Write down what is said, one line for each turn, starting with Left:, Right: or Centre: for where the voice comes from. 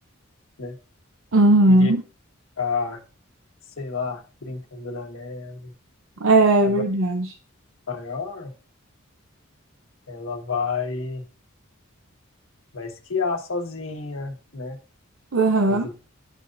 Left: né?
Right: Uhum.
Left: Iria ficar, sei lá, brincando na neve.
Right: É
Left: Agora
Right: verdade.
Left: maior, ela vai vai esquiar sozinha, né?
Right: Aham.
Left: Com ajudador,